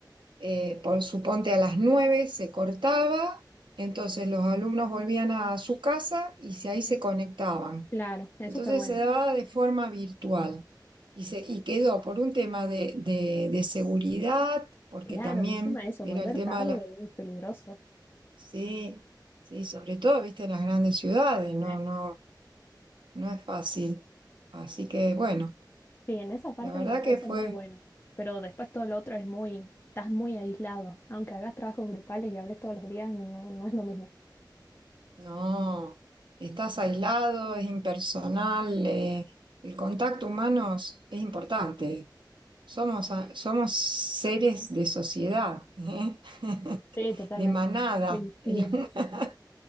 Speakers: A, on the right; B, on the left.
A: eh, por suponte a las 9 se cortaba, entonces los alumnos volvían a su casa y se- ahí se conectaban.
B: claro, eso
A: Entonces
B: está bueno.
A: se daba de forma virtual y, se, y quedó por un tema de, de- de seguridad, porque
B: Claro,
A: también
B: encima eso,
A: era
B: volver
A: el tema
B: tarde
A: de la...
B: es peligroso.
A: Sí, sí, sobre todo, viste, en las grandes ciudades, no,
B: Eh,
A: no, no es fácil. Así que bueno,
B: Sí, en esa parte
A: la verdad
B: me parece
A: que fue...
B: muy bueno. Pero después todo lo otro es muy, estás muy aislado. Aunque hagas trabajos grupales y hables todos los días, no, no es lo mismo.
A: No, estás aislado, es impersonal, eh, el contacto humano es es importante. Somos, a-
B: Sí,
A: somos seres de sociedad, ¿eh? <laughs>
B: Sí, totalmente.
A: De manada.
B: Coincido,
A: El- <laughs>